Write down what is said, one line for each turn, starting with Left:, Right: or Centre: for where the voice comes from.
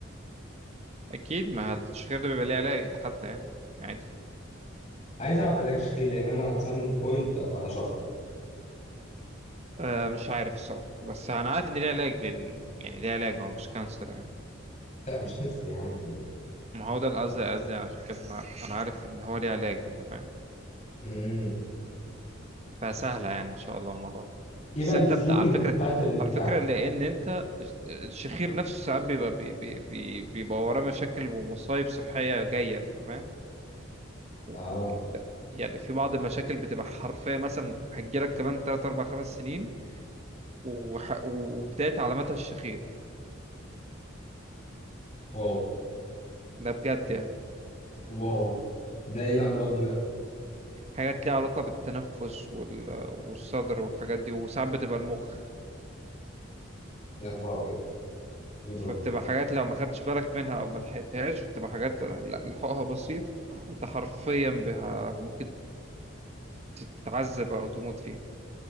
Right: أكيد ما التشغيل ده بيبقى ليه علاج حتى يعني عادي
Left: عايز أعرف علاج شخير لأن أنا at some point آه، هشخر
Right: أه مش عارف الصراحة بس أنا عارف إن ليه علاج لأن يعني ليه علاج هو مش كانسر يعني
Left: لا مش كانسر يا عم في إيه
Right: ما هو ده القصد قصدي عشان كده أنا أنا عارف إن هو ليه علاج أنت فاهم
Left: مم.
Right: فسهلة يعني إن شاء الله الموضوع ده
Left: إيه
Right: بس
Left: بقى السليبنج
Right: أنت ابدأ على فكرة
Left: باترن بتاعك
Right: على فكرة لأن أنت الشخير نفسه ساعات بيبقى بي- بي- بي- بيبقى وراه مشاكل ومصايب صحية جاية أنت فاهم؟ و-
Left: آه
Right: و- يعني في بعض المشاكل بتبقى حرفية مثلا هتجيلك كمان 3 4 5 سنين وح- وبداية علاماتها الشخير
Left: واو
Right: ده بجد يعني
Left: واو ده إيه الأمراض دي بقى
Right: حاجات ليها علاقة بالتنفس وال- والصدر والحاجات دي وساعات بتبقى المخ
Left: يا نهار أبيض إيه الرعب
Right: فبتبقى
Left: ده
Right: حاجات لو ما خدتش بالك منها او ما لحقتهاش بتبقى حاجات لا- لحقها بسيط انت حرفيا بها ممكن تتعذب او تموت فيها